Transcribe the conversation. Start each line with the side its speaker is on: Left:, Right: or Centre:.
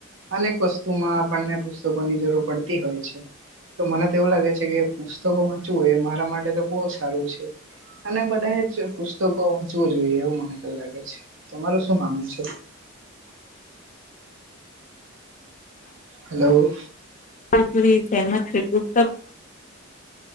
Right: અનેક વસ્તુમાં આપણને પુસ્તકોની જરૂર પડતી હોય છે તો મને તો એવું લાગે છે કે પુસ્તકો વાંચવુંય એ મારા માટે તો બહુ સારું છે અને બધા પુસ્તકો વંચવું જોઈએ એવું મને ક લાગે છે તમારું શું માનવું છે હલો.
Left: લપુરી સેન શ્રી પુસ્તક